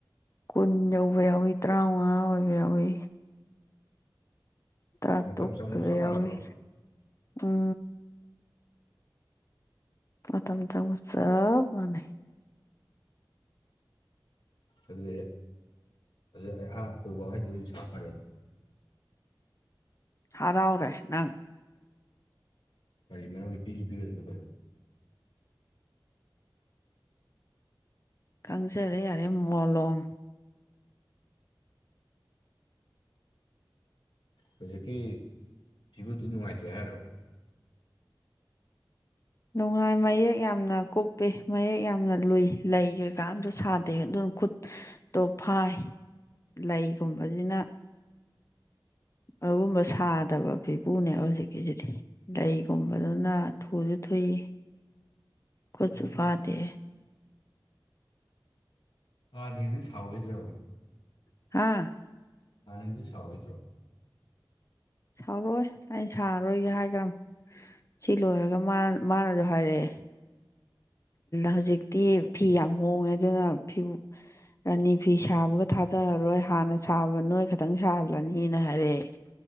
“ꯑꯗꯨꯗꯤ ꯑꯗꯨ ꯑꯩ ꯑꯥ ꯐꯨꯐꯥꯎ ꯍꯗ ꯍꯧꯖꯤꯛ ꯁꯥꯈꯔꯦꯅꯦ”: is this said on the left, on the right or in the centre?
Left